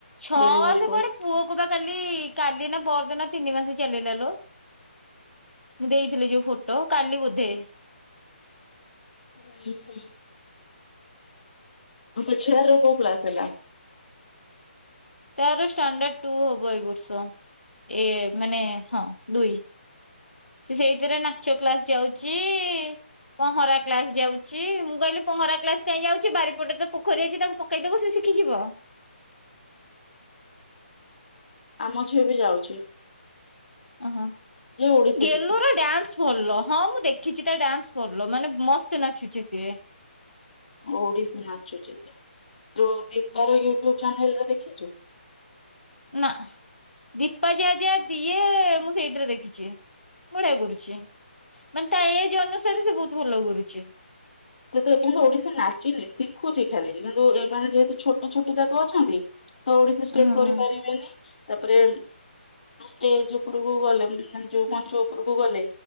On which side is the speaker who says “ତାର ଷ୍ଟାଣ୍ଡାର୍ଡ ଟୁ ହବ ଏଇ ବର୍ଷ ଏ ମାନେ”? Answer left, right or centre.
Left